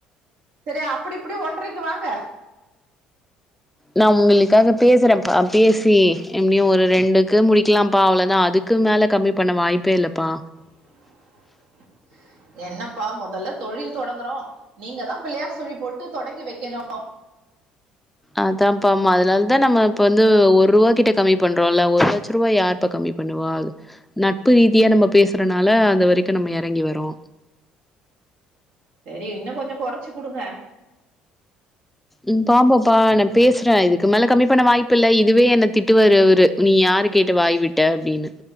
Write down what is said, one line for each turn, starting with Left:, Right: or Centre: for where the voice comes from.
Right: செரி அப்டி இப்டி ஒன்ட்றரைக்கு வாங்க
Centre: நா உங்களுக்காக பேசுறப்பா பேசி எப்டியு ஒரு ரெண்டுக்கு முடிக்லாம்ப்பா அவ்வளதா அதுக் க்கு மேல கம்மி பண்ண வாய்ப்பே இல்லப்பா
Right: <inaudible> என்னப்பா மொதல்ல தொழில் தொடங்குறோ நீங்க தா பிள்ளையார் சுழி போட்டு தொடங்கி வைக்கணு <inaudible>
Centre: அதாப்பா அதனாலதா நம்ம இப்ப வந்து ஒரு ரூவா கிட்ட கம்மி பண்றோம்ல்ல ஒரு லட்சரூவா யாருப்பா கம்மி பண்ணுவா வா நட்பு ரீதியா நம்ம பேசுறனால அது வரைக்கு நம்ம எறங்கி வறோ
Right: செரி இன்னு கொஞ்ச கொறச்சு குடுங்க
Centre: ம் பாப்போம்ப்பா நா பேசுறே இதுக்கு மேல கம்மி பண்ண வாய்ப்பு இல்ல இதுவே என்ன திட்டுவாரு அவுரு நீயா யார கேட்டு வாய விட்ட அப்டின்னு